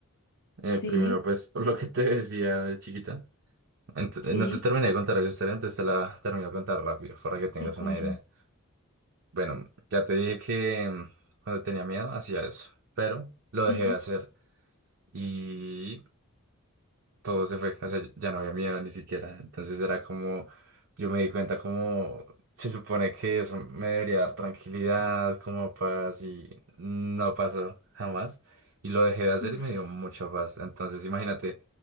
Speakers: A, on the right; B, on the left.
A: Eh,
B: Sí,
A: primero, pues, por lo que te <laughs> decía de chiquita. Ent-
B: sí,
A: no te terminé de contar esa historia, entonces te la termino de contar rápido para que tengas
B: sí, cuéntame.
A: una idea. Bueno, ya te dije que mm, cuando tenía miedo hacía eso, pero lo dejé
B: Sí,
A: de hacer y todo se fue, o sea, ya no había miedo ni siquiera. Entonces era como, yo me di cuenta como se supone que eso me debería dar tranquilidad, como paz y no pasó jamás. Y lo dejé de hacer
B: uf,
A: y me dio mucha paz. Entonces imagínate,